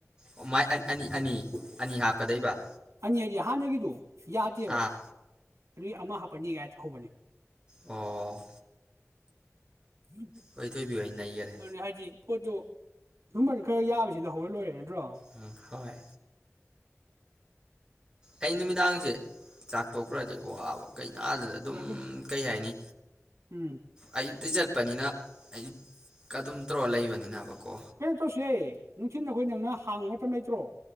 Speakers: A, on the right (about 15°); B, on the right (about 75°).
A: ꯥꯑꯣꯃꯥꯏ ꯑꯅꯤ ꯑꯅꯤ ꯑꯅꯤ ꯍꯥꯞ ꯀꯗꯩꯏꯕ
B: ꯃꯤ ꯍꯥꯢꯖꯦ ꯍꯥꯟꯅꯒꯤꯗꯣ ꯌꯥꯗꯦꯕ
A: ꯑꯥ
B: ꯑꯗꯨꯏ ꯑꯃ ꯍꯥꯞꯄꯟꯅꯤ ꯒꯥꯏ ꯇꯧꯍꯧꯕꯅꯦ
A: ꯑꯣ
B: <unintelligible>
A: ꯍꯣꯏ ꯊꯣꯏꯕꯤ ꯍꯣꯏ ꯅꯩꯒꯔꯦ
B: ꯑꯅꯦ ꯍꯥꯢꯁꯦ ꯄꯣꯗꯣ ꯁꯨꯝꯕꯁꯦ ꯈꯔ ꯌꯥꯕꯁꯦ ꯂꯧꯍꯧꯔ ꯂꯣꯏꯔꯦ ꯅꯠꯇ꯭ꯔꯣ
A: ꯎꯝ ꯍꯣꯏ ꯑꯩ ꯅꯨꯃꯤꯗꯥꯡꯁꯦ ꯆꯥꯛ ꯇꯣꯇꯔꯥꯗꯤ ꯑꯋꯥꯕ ꯀꯩ ꯑꯥ ꯑꯗꯨꯗ ꯑꯗꯨꯝ
B: ꯍꯣꯏ ꯑꯗꯨ
A: ꯀꯩ ꯍꯥꯏꯅꯤ
B: ꯎꯝ
A: ꯑꯩ ꯁꯤ ꯆꯩꯄꯅꯤꯅ ꯑꯌꯨꯛ ꯀꯥ ꯗꯨꯝ ꯇ꯭ꯔꯣ ꯂꯩꯕꯅꯤꯅꯕꯀꯣ
B: ꯀꯩꯅꯣ ꯇꯧꯁꯦ ꯅꯨꯡꯊꯤꯟꯗ ꯑꯩꯈꯣꯏꯅ ꯉꯥ ꯍꯥꯡ ꯃꯇꯝ ꯂꯩꯇ꯭ꯔꯣ